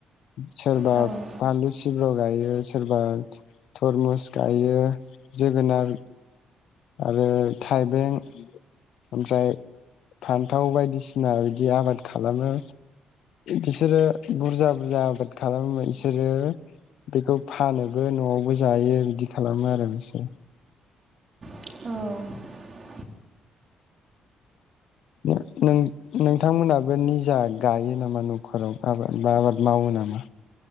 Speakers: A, on the left; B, on the right.
A: सोरबा
B: औ औ
A: फानलु सिब्र' गायो सोरबा थरमुस गायो जोगो नार आरो थाइबें ओमफ्राय फान्थाव बायदिसिना बिदि आबाद खालामो बिसोरो बुरजा बुरजा आबाद खालामो बिसोरो बेखौ फानोबो न'आवबो जायो बिदि खालामो आरो बिसोरो
B: औ
A: नो-नों-नोंथांमोनहाबो निजा गायो नामा न'खराव आबाद बा आबाद मावो नामा?